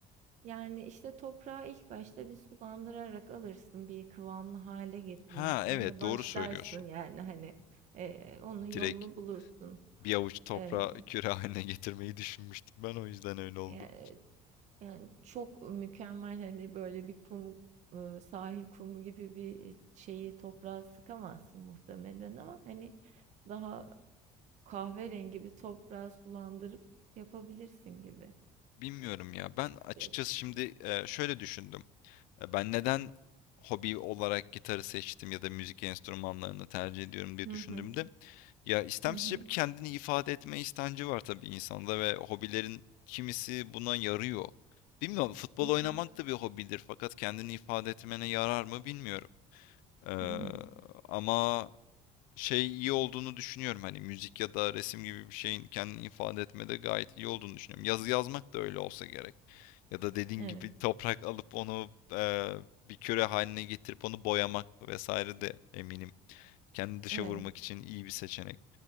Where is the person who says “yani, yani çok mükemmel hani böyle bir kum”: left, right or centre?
Right